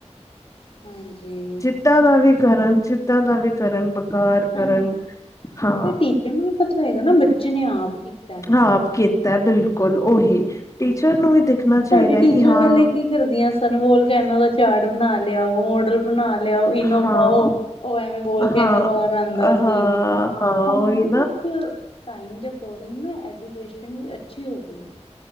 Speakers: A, on the left; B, on the left.
A: ਹਾਂਜੀ।
B: ਇੱਦਾਂ ਦਾ ਵੀ ਕਰਨ, ਜਿੱਦਾਂ ਦਾ ਵੀ ਕਰਨ, ਬੇਕਾਰ ਕਰਨ
A: ਹਾਂਜੀ
B: ਹਾਂ
A: ਫਿਰ ਟੀਚਰ ਨੂੰ ਵੀ ਪਤਾ ਹੋਏਗਾ ਨਾ, ਬੱਚੇ ਨੇ ਆਪ ਕੀਤਾ।
B: ਹਾਂ ਆਪ ਕੀਤਾ ਬਿਲਕੁਲ ਉਹੀ, ਟੀਚਰ ਨੂੰ ਵੀ ਦੇਖਣਾ ਚਾਹੀਦਾ
A: ਸਾਡੇ ਟੀਚਰਾਂ
B: ਹੈ ਕਿ ਹਾਂ।
A: ਪਹਿਲੇ ਕੀ ਕਰਦੀਆਂ ਸਨ ਬੋਲ ਕੇ ਇਹਨਾ ਦਾ ਚਾਰਟ ਬਣਾ ਲਿਆ ਉਹ ਮੋਡਲ ਬਣਾ ਲਿਆਓ ਇਨੋ
B: ਹਾਂ
A: ਪਾਓ ਉਹ ਐਵੇਂ ਬੋਲ ਕੇ
B: ਹਾਂ
A: ਇਹਨੂੰ ਬਾਹਰ ਆਉਂਦਾ
B: ਹਾਂ
A: ਸੀ
B: ਹਾਂ
A: ਹੁਣ
B: ਉਹੀ
A: ਨਾ ਟਾਈਮ ਦੇ ਅਕੋਰਡਿੰਗ ਨਾ ਐਜੂਕੇਸ਼ਨ ਵੀ ਅੱਛੀ ਹੋ ਗਈ ਹੈ।